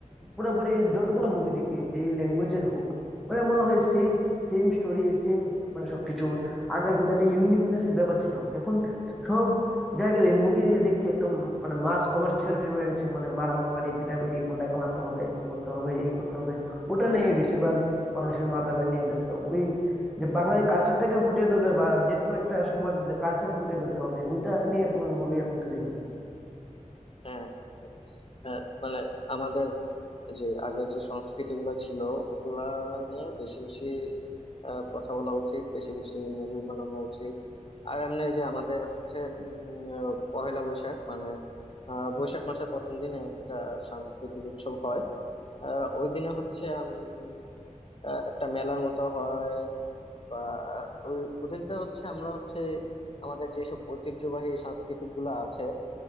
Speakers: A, in the centre; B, on the left (about 45°).
A: পুরোপুরি যতগুলো মুভি দেখি যে ল্যাঙ্গুয়েজের হোক মানে মনে হয় সেই সেম স্টোরি সেম মানে সবকিছু আগে কিন্তু একটা ইউনিকনেস ব্যাপার ছিল এখন সব জায়গায় মুভি দেখছি একদম মানে মাস কমার্শিয়াল ফিল্ম হয়ে গেছে মানে মারামারি পিটাপিটি গুন্ডাকে মারতে হবে এই করতে হবে এই করতে হবে ওটা নিয়ে বেশিরভাগ মানুষের মাথা নিয়ে ব্যস্ত ওই যে বাঙালি কালচারটাকে ফুটিয়ে ধরবে বা যে কোনো একটা সমাজের যে কালচার ফুটিয়ে ধরতে হবে ওইটা নিয়ে কোনো মুভি এখন তৈরি হয় না
B: হ্যাঁ হ্যাঁ মানে আমাদের যে আগের যে সংস্কৃতি গুলো ছিল ওগুলা নিয়ে বেশি বেশি আহ, কথা বলা উচিত বেশি বেশি মুভি বানানো উচিত আর এমনি যে আমাদের হচ্ছে উম, পহেলা বৈশাখ মানে আহ, বৈশাখ মাসের প্রথম দিনে একটা সাংস্কৃতিক উৎসব হয় আহ, ওই দিনে হচ্ছে উম, আহ, একটা মেলার মতো হয় বা ওই ওদিনকে হচ্ছে আমরা হচ্ছে আমাদের যেসব ঐতিহ্যবাহী সাংস্কৃতিক গুলা আছে